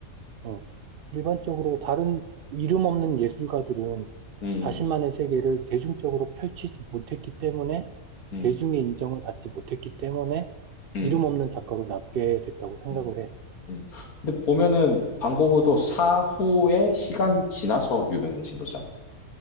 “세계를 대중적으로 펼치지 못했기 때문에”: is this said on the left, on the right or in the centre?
Right